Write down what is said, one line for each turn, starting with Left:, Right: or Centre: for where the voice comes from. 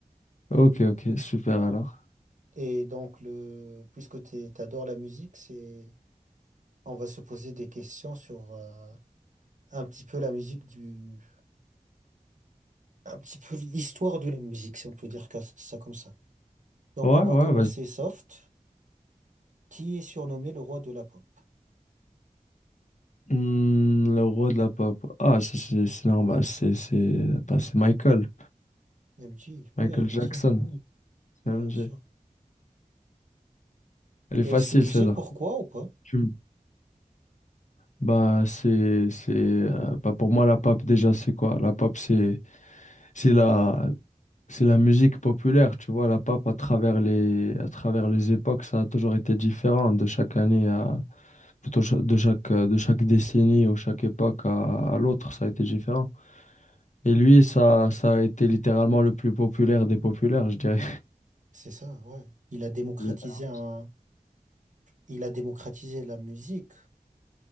Left: ok, ok, super alors.
Right: Et donc le, puisque t'es- t'adores la musique, c'est, on va se poser des questions sur euh, un petit peu la musique du, un petit peu l'histoire de la musique, si on peut dire que- ça comme ça. Donc
Left: Ouais,
Right: on
Left: ouais,
Right: va commencer
Left: vas-y.
Right: soft. qui est surnommé le roi de la pop.
Left: Hmm, le roi de la pop. Ah, c'est c'est- c'est normal, c'est c'est bah, c'est Michael.
Right: Elle me dit,
Left: Michael
Right: oui, bien
Left: Jackson,
Right: sûr,
Left: CMG.
Right: bien sûr.
Left: Elle est
Right: Et
Left: facile
Right: est-ce que tu
Left: celle-là.
Right: sais pourquoi ou pas?
Left: Tu me- Bah, c'est c'est euh, bah, pour moi la pop déjà c'est quoi? La pop c'est c'est la c'est la musique populaire, tu vois, la pop à travers les à travers les époques, ça a toujours été différent de chaque année à plutôt cha- de chaque, euh, de chaque décennie ou chaque époque à, à l'autre, ça a été différent. Et lui, ça, ça a été littéralement le plus populaire des populaires, je dirais.
Right: C'est ça, ouais. Il a démocratisé
Left: <laughs> Littéralement.
Right: un, il a démocratisé la musique.